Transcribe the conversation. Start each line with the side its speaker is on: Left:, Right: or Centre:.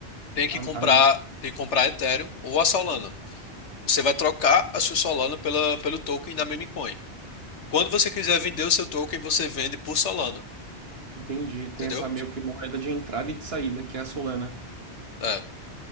Left: tem que
Right: A,
Left: comprar,
Right: a mem-
Left: tem que comprar a Ethereum ou a Solana. Você vai trocar a sua Solana pela, pelo token da meme coin. Quando você quiser vender o seu token, você vende por Solana,
Right: entendi. Tem
Left: entendeu?
Right: essa meio que moeda de entrada e de saída, que é a Solana.
Left: É,